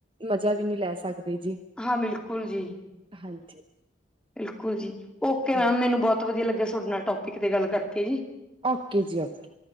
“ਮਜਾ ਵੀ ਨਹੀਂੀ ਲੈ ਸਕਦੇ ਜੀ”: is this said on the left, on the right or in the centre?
Right